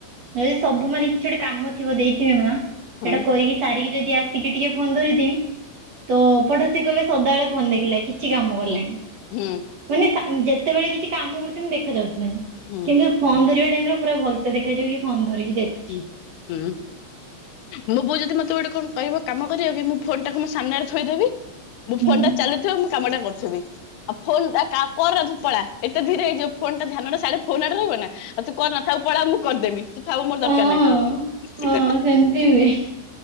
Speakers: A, on the right (about 80°); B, on the left (about 75°).
A: ଦି ସବୁ ମାନେ କିଛି ଗୋଟେ କାମ ଥିବ ଦେଇଥିବେ ମାଆ
B: ହୁଁ
A: ସେଟା କରିକି ସାରିକି ଯଦି ଆସିକି ଟିକେ ଫୋନ୍ ଧରିଥିମି ତ ପଡୋଶୀ କହିବେ ସଦାବେଳେ ଫୋନ୍ ଦେଖିଲା କି କିଛି କାମ କଲାଣି
B: ହୁଁ ହୁଁ
A: ମାନେ ଯେତେବେଳେ କିଛି କାମ କରୁଥିମି ଦେଖା ଯାଉଥିବନି।
B: ହୁଁ
A: କିନ୍ତୁ ଫୋନ୍ ଧରିବା ଟାଇମ୍ ରେ ପୁରା ଭଲ ସେ ଦେଖାଯିବକି କି ଫୋନ୍ ଧରିକି ଦେଖୁ
B: ହୁଁ ହୁଁ। ମୋ ବୋଉ ଯଦି ମତେ ଗୋଟେ କଣ କହିବ କାମ କରିବା ପାଇଁ ମୁଁ ଫୋନ୍ ଟାକୁ ମୁଁ ସାମ୍ନାରେ ଥୋଇଦେବି। ମୋ
A: ହୁଁ
B: ଫୋନ୍ ଟା ଚାଲୁଥିବ ମୁଁ କାମ ଟା କରୁଥିବି। ଆଉ ଫୋନ୍ ଟା କ କର ତୁ ପଳା ଏତେ ଧୀରେ ହେଇଯିବ ଫୋନ୍ ଟା ଧ୍ୟାନଟା ସିଆଡ଼େ ଫୋନୂ ଆଡେ ରହିବ ନାଁ। ଆଉ ତୁ କରନା ଥାଉ ପଳା ମୁଁ କରିଦେମି ତୁ ଥାଉ ମୋର
A: ହଁ
B: ଦରକାର ନାହିଁ ଥାଉ।
A: ସେମିତି ହୁଏ।